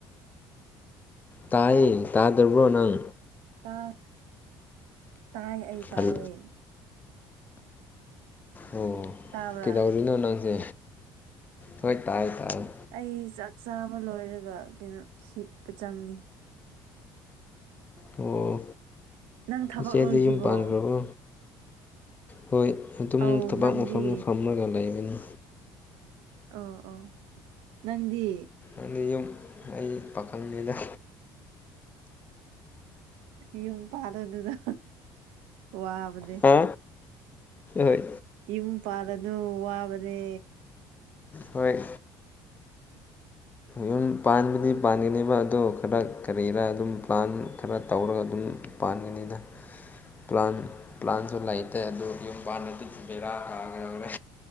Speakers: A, on the left; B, on the right.
A: ꯇꯥꯏꯌꯦ ꯇꯥꯗ꯭ꯔꯕ꯭ꯔꯣ ꯅꯪ
B: ꯇꯥ ꯇꯥꯏ ꯑꯩ ꯇꯥꯏꯌꯦ
A: ꯍꯜ ꯑꯣ
B: ꯇꯥꯕ꯭ꯔꯥ
A: ꯀꯩꯗꯧꯔꯤꯅꯣ ꯅꯪꯁꯦ ꯍꯣꯏ ꯇꯥꯏꯌꯦ ꯇꯥꯏꯌꯦ
B: ꯑꯩ ꯆꯥꯛ ꯆꯥꯕ ꯂꯣꯏꯔꯒ ꯀꯩꯅꯣ ꯍꯤꯞꯄ ꯆꯪꯉꯤ
A: ꯑꯣ
B: ꯅꯪ ꯊꯕꯛ
A: ꯏꯆꯦꯗ
B: ꯂꯣꯏꯗ꯭ꯔꯤꯕꯣ
A: ꯌꯨꯝ ꯄꯥꯟꯈ꯭ꯔꯕꯣ ꯍꯣꯏ ꯑꯗꯨꯝ
B: ꯑꯧ
A: ꯊꯕꯥꯛ
B: ꯅꯪꯗꯤ
A: ꯃꯐꯝꯗ ꯐꯝꯃꯒ ꯂꯩꯕꯅꯤ
B: ꯑꯣ ꯑꯣ ꯅꯪꯗꯤ
A: ꯑꯗꯤ ꯌꯨꯝ ꯑꯩ ꯄꯥꯈꯪꯉꯗ
B: ꯌꯨꯝ ꯄꯥꯗꯥꯗꯅ ꯋꯥꯕ ꯅꯦ
A: ꯍꯥ ꯍꯣꯏ
B: ꯌꯨꯝ ꯄꯥꯜꯂꯥꯅꯨ ꯋꯥꯕꯅꯦ
A: ꯍꯣꯏ
B: <inaudible>
A: ꯌꯨꯝ ꯄꯥꯟꯕꯗꯤ ꯄꯥꯟꯒꯅꯦꯕ ꯑꯗꯨ ꯈꯔ ꯀꯔꯤꯔ ꯑꯗꯨꯝ ꯄ꯭ꯂꯥꯟ ꯈꯔ ꯇꯧꯔꯒ ꯑꯗꯨꯝ ꯄꯥꯟꯒꯅꯤꯗ ꯄ꯭ꯂꯥꯟ ꯄ꯭ꯂꯥꯟꯁꯨ ꯂꯩꯇꯦ ꯑꯗꯨ ꯌꯨꯝ ꯄꯥꯟꯅꯗꯤ ꯕꯦꯔꯥ ꯀꯒ ꯌꯥꯧꯔꯦ